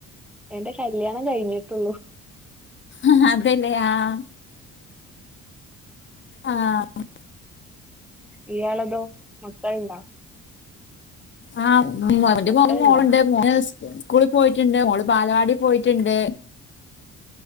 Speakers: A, in the centre; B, on the left.
A: എന്റെ കല്യാണം കഴിഞ്ഞിട്ടുള്ളൂ
B: ആഹ് അതെല്ലേ ആഹ് ആഹ്
A: ഇയാളതോ മക്കൾണ്ടോ
B: ആഹ് <unintelligible>
A: മക്കളുണ്ടാ
B: സ്കൂളിൽ പോയിറ്റ്ണ്ട് മോള് ബാലവാടി പോയിറ്റ്ണ്ട്